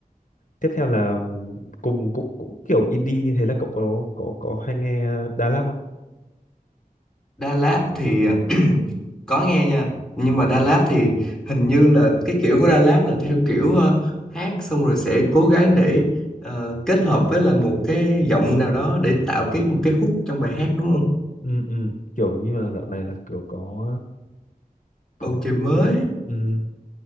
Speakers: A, on the left; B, in the centre.
A: tiếp theo là ừm, cùng cũng cũng kiểu indie như thế là cậu có có có hay nghe ờ, Đà Lạt không
B: Đà Lạt thì <clears throat> có nghe nha nhưng mà Đà Lạt thì hình như là cái kiểu của Đà Lạt là theo kiểu ờ, hát xong rồi sẽ cố gắng để ờ, kết hợp với lại một cái giọng nào đó để tạo cái một cái hook trong bài hát đúng không
A: ừ, ừ, kiểu như là dạo này là kiểu có có
B: bầu trời mới
A: ừ,